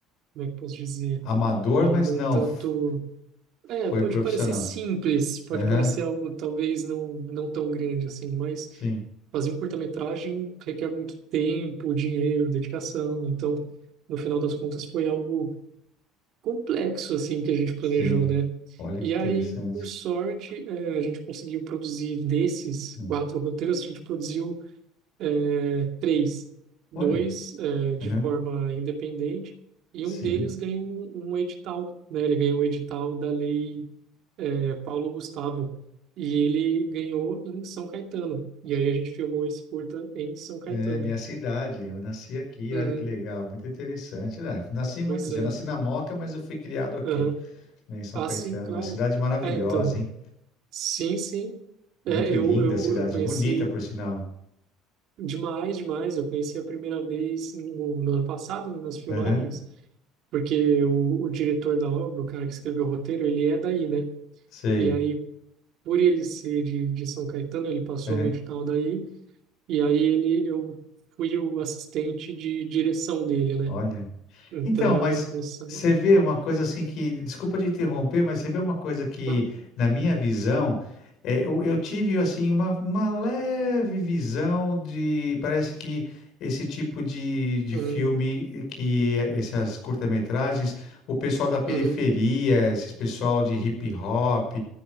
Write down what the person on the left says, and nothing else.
Amador,
mas não,
f-
foi
profissional.
Aham,
sim,
sim.
Olha que
interessante.
Hum,
Olha,
aham,
sim.
É minha cidade, eu nasci aqui,
olha que legal, muito interessante. né? Nasci, vou
dizer,
eu nasci na Moca, mas eu fui criado aqui,
né, em São
Caetano.
Uma cidade maravilhosa,
hein?
Muito linda
a cidade,
bonita, por sinal.
Aham,
sei.
Aham,
olha.
Então,
mas
você
vê uma coisa assim que, desculpa te interromper, mas você vê uma coisa que,
na minha visão, é, eu, eu tive assim uma, uma leve visão de, parece que esse tipo de, de
filme, eh, que é- essas curta-metragens, o pessoal da periferia,
esses pessoal de hip hop,